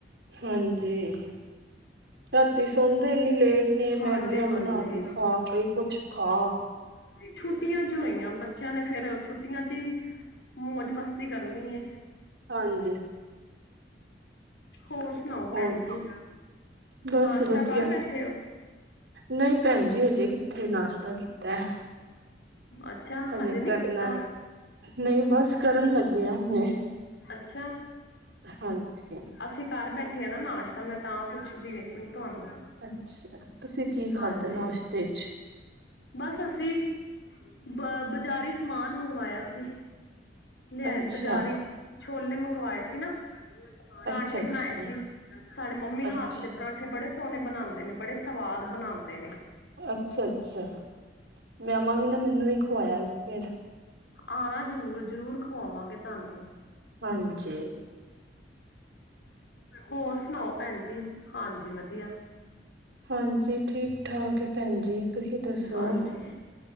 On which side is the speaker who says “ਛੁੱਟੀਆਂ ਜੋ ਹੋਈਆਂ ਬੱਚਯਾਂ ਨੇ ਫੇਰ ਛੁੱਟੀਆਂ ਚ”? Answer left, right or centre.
Left